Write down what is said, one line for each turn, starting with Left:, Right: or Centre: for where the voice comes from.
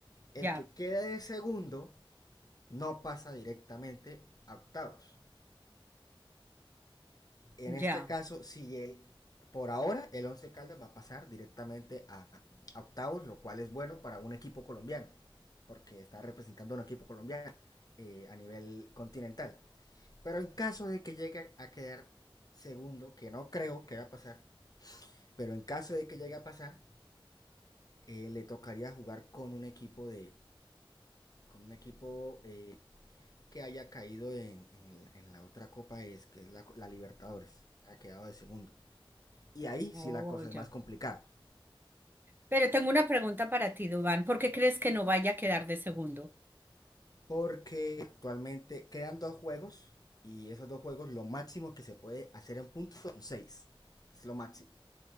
Left: El
Right: Ya,
Left: que queda de segundo no pasa directamente a octavos. En
Right: ya.
Left: este caso, si el, por ahora el Once Caldas va a pasar directamente a, a octavos, lo cual es bueno para un equipo colombiano, porque está representando a un equipo colombiano eh, a nivel continental. Pero en caso de que llegue a quedar segundo, que no creo que va a pasar, pero en caso de que llegue a pasar, eh, le tocaría jugar con un equipo de con un equipo eh, que haya caído en, en, el- en la otra copa es que es la, la Libertadores ha quedado de segundo Y ahí sí
Right: Oh,
Left: la cosa es más
Right: ya.
Left: complicada.
Right: Pero tengo una pregunta para ti, Dubán. ¿Por qué crees que no vaya a quedar de segundo?
Left: Porque actualmente quedan dos juegos. Y esos dos juegos, lo máximo que se puede hacer en puntos son seis, Es lo máximo.